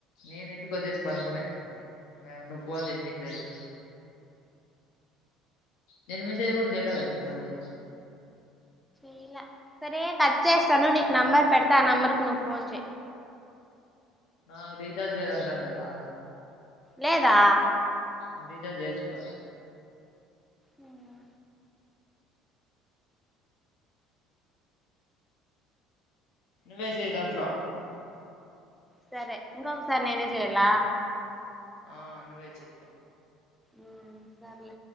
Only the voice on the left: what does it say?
నేను ఇంటికొచ్చేసి పనుకొనేత్తి మళ్ళీ నువ్వు ఫోన్ జేసినంక్ లేస్నా నేన్ మెసేజ్ గుడా జేయల గద నీకు మళ్ళీ
నాకు రీఛార్జ్ లేదు అంటాల్నేదా
<unintelligible> జేయిచ్చుకోల నేను
నువ్వే సెయ్ దాంట్లో
ఆ నువ్వే చెయ్